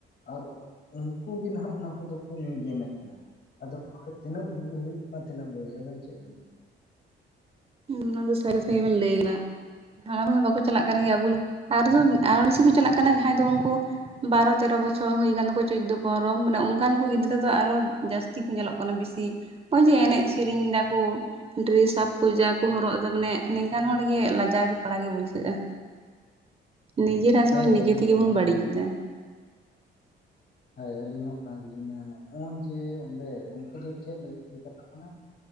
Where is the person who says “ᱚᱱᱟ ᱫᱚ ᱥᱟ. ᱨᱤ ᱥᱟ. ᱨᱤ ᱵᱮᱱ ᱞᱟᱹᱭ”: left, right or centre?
Right